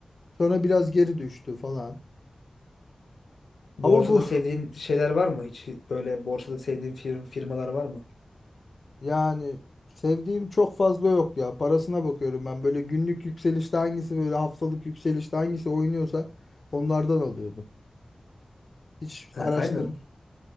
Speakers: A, on the left; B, on the left.
A: Sonra biraz geri düştü falan.
B: Borsada
A: Ama bu <laughs>
B: sevdiğin şeyler var mı? Hiç böyle borsada sevdiğin fir- firmalar var mı?
A: Yani sevdiğim çok fazla yok ya. Parasına bakıyorum ben. Böyle günlük yükselişte hangisi böyle haftalık yükselişte hangisi oynuyorsa onlardan alıyordum. Hiç
B: Ha,
A: araştırım.
B: aynen.